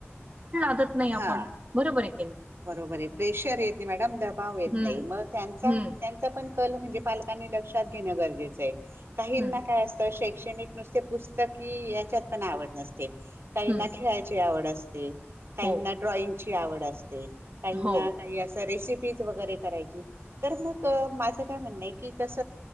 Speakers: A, on the right; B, on the right.
A: नाही आपण
B: हा
A: बरोबर आहे
B: बरोबर आहे प्रेशर येत नाही मॅडम दबाव येत
A: हम्म
B: नाही म त्यां त्यांचा
A: हम्म
B: पण णल लक्षत घेन गरजेचं आहे
A: हम्म
B: शैक्षणिक नुसते पुस्तक ह याच्यात पण आवड नसते काही
A: हम्म
B: न खेळायची आवड असते काहीना
A: हो
B: ड्रॉइंगची आवड असते काहीना
A: हो
B: काही अस रेशिपी वैगेरे करायची तर मग माज काय म्हणणं आहे कि तस